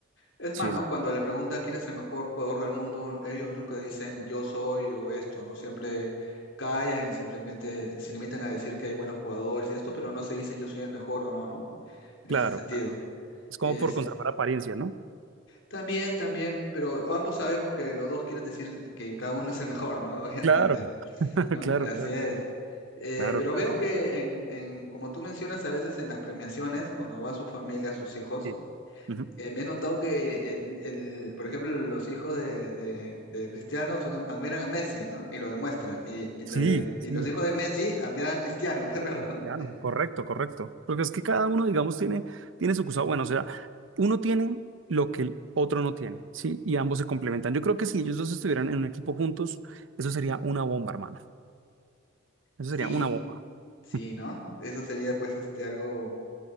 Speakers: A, on the left; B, on the right.
A: Es
B: sí,
A: más, ¿no?
B: sí,
A: Cuando le preguntan quién es el mejor jugador del mundo, ellos nunca dicen yo soy o esto, ¿no? Siempre callan y simplemente se limitan a decir que hay buenos jugadores y esto, pero no se dicen yo soy el mejor o no, ¿no? En
B: claro,
A: ese sentido.
B: claro. Es como
A: Es,
B: por conservar apariencia, ¿no?
A: también, también, pero ambos sabemos que los dos quieren decir que cada uno es el mejor, ¿no? <laughs> Obviamente,
B: Claro,
A: ¿no?
B: <laughs>
A: ¿no?
B: Claro,
A: <laughs> Así
B: claro,
A: es. Eh,
B: claro,
A: pero
B: claro.
A: veo que en, en- como tú mencionas a veces en las premiaciones, cuando va su familia, sus hijos,
B: Sí, Ujú.
A: eh, me he notado que el, el- por ejemplo, los hijos de, de- de Cristiano son- admiran a Messi, ¿no? Y lo demuestran. Y, y
B: sí,
A: lo de,
B: sí,
A: y los hijos de Messi admiran a Cristiano, <laughs> qué raro,
B: cristiano,
A: ¿no?
B: correcto, correcto. Porque es que cada uno, digamos, tiene, tiene su cosa bueno, o sea, uno tiene lo que el otro no tiene, ¿sí? Y ambos se complementan. Yo creo que si ellos dos estuvieran en un equipo juntos, eso sería una bomba, hermano. Eso
A: Sí,
B: sería una bomba.
A: sí,
B: <laughs>
A: ¿no? Eso sería pues este algo